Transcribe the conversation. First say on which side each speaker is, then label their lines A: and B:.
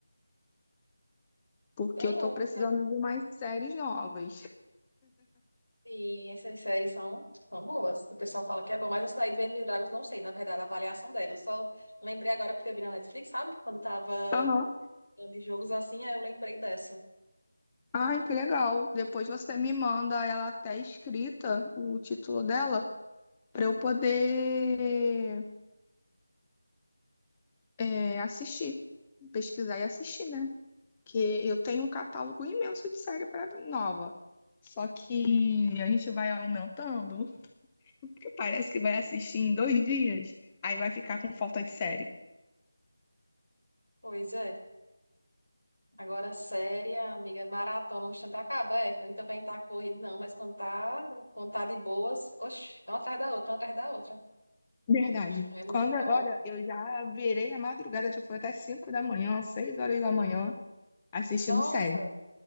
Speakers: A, on the left; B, on the left.
A: porque
B: Tem
A: eu tô
B: um
A: precisando
B: que é
A: de mais séries novas.
B: assim, essas séries são, são boas. O pessoal fala que é bom, mas essa daí do End and Dragons não sei, na verdade, a avaliação dela. Eu só lembrei agora porque eu vi na Netflix, sabe? Quando tava
A: Aham.
B: de jogos assim, é, eu lembrei dessa.
A: Ai, que legal. Depois você me manda ela até escrita, o título dela, pra eu poder é, assistir, pesquisar e assistir, né? que eu tenho um catálogo imenso de série para nova. Só que a gente vai aumentando, <laughs> porque parece que vai assistir em dois dias, aí vai ficar com falta de série.
B: Pois é. Agora, séria, amiga, é maratona, no instante acaba, é. Ele também tá corrido, não, mas quando tá, quando tá de boas, oxi, uma atrás da outra, uma atrás da outra.
A: Verdade.
B: É muito
A: Quando,
B: bom.
A: olha, eu já virei a madrugada, já foi até 5 da manhã, 6 horas da manhã, assistindo
B: Nossa,
A: série.